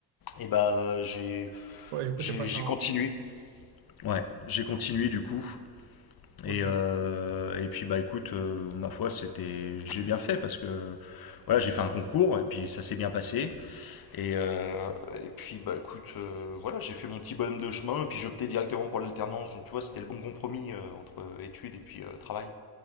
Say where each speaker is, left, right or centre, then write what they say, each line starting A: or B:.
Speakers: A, on the left; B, on the right.
A: et bah j'ai
B: Ouais, du coup,
A: j'ai
B: t'es passé
A: j'ai
B: en...
A: continué. Ouais, j'ai continué du coup.
B: Ok.
A: Et, euh, et puis bah écoute, euh, ma foi c'était j'ai bien fait parce que voilà j'ai fait un concours et puis ça s'est bien passé. Et, euh, et puis, bah écoute, euh, voilà, j'ai fait mon petit bonhomme de chemin, et puis j'ai opté directement pour l'alternance. Donc, tu vois, c'était le bon compromis euh, entre études et puis euh, travail.